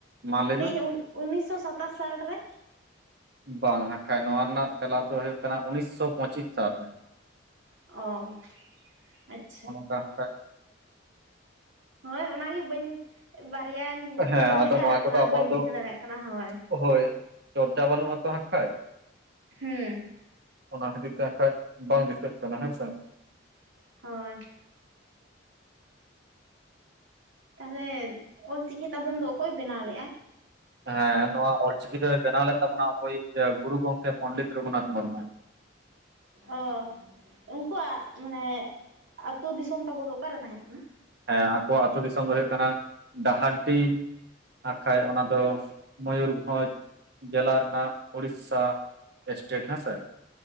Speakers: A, on the right; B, on the right.
A: ᱢᱟ ᱞᱟᱹᱭ
B: ᱞᱟᱹᱭᱮᱜ-ᱤᱧ
A: ᱢᱮ
B: ᱩᱱᱤᱥᱥᱚ ᱥᱟᱛᱟᱥ ᱥᱟᱞᱨᱮ᱾
A: ᱵᱟᱝ ᱦᱟᱸᱜ‌ ᱠᱷᱟᱡ ᱱᱚᱣᱟ ᱨᱮᱱᱟᱜ ᱛᱮᱞᱟ ᱫᱚ ᱦᱩᱭᱩᱜ ᱠᱟᱱᱟ ᱩᱱᱤᱥᱥᱚ ᱯᱚᱸᱪᱤᱥ ᱥᱟᱞ ᱨᱮ᱾
B: ᱚ, ᱟᱪ
A: ᱟᱫᱚ ᱦᱟᱸᱜ ᱠᱷᱟᱡ
B: ᱦᱳᱭ ᱚᱱᱟᱜᱮ ᱵᱟᱹᱧ ᱵᱟᱨᱭᱟᱧ
A: ᱦᱮᱸ
B: ᱩᱭᱦᱟᱹᱨ
A: ᱟᱫᱚ
B: ᱞᱮᱜ-ᱟ
A: ᱱᱚᱣᱟ ᱠᱚᱫᱚ
B: ᱚᱱᱟ
A: ᱟᱵᱚᱣᱟᱜ
B: ᱵᱟᱹᱧ
A: ᱫᱚ
B: ᱴᱷᱤᱠᱟᱹ ᱫᱟᱲᱮᱭᱟᱜ ᱠᱟᱱᱟ ᱦᱳᱭ᱾
A: ᱦᱳᱭ᱾ ᱪᱚᱨᱪᱟ ᱵᱟᱱᱩᱜ-ᱟᱛᱚ ᱦᱟᱸᱜ ᱠᱷᱟᱡ᱾
B: ᱦᱩᱸ᱾
A: ᱚᱱᱟ ᱠᱷᱟᱹᱤᱨ ᱛᱮ ᱦᱟᱸᱜ ᱠᱷᱟᱡ ᱵᱟᱝ ᱫᱤᱥᱟᱹᱜ ᱠᱟᱱᱟ ᱦᱮᱸ ᱥᱮ᱾
B: ᱦᱳᱭ᱾ ᱛᱟᱦᱞᱮ ᱚᱞᱪᱤᱠᱤ ᱛᱟᱵᱚᱱ ᱫᱚ ᱚᱠᱚᱭ ᱵᱮᱱᱟᱣ ᱞᱮᱜ-ᱟ?
A: ᱦᱮᱸ ᱱᱚᱣᱟ ᱚᱞᱪᱤᱠᱤ ᱫᱚᱭ ᱵᱮᱱᱟᱣ ᱞᱮᱫ ᱛᱟᱵᱚᱱᱟ ᱟᱵᱚᱭᱤᱡ ᱜᱩᱨᱩ ᱜᱚᱝᱠᱮ ᱯᱚᱱᱰᱤᱛ ᱨᱚᱜᱷᱩᱱᱟᱛᱷ ᱢᱩᱨᱢᱩ᱾
B: ᱚᱻ ᱩᱝᱠᱩᱣᱟᱜ ᱢᱟᱱᱮ ᱟᱹᱛᱩ ᱫᱤᱥᱚᱢ ᱛᱟᱠᱚ ᱫᱚ ᱚᱠᱟᱨᱮ ᱛᱟᱦᱮᱸ ᱠᱟᱱᱟ?
A: ᱦᱮᱸ ᱟᱠᱚᱣᱟᱜ ᱟᱛᱳ ᱫᱤᱥᱚᱢ ᱫᱚ ᱦᱩᱭᱩᱜ ᱠᱟᱱᱟ ᱰᱟᱦᱟᱨᱰᱤ ᱦᱟᱸᱜ ᱠᱷᱟᱡ ᱚᱱᱟ ᱫᱚ ᱢᱚᱭᱩᱨᱵᱷᱚᱸᱡᱽ ᱡᱮᱞᱟ ᱨᱮᱱᱟᱜ ᱩᱲᱤᱥᱥᱟ ᱥᱴᱮᱹᱴ ᱦᱮᱸ ᱥᱮ᱾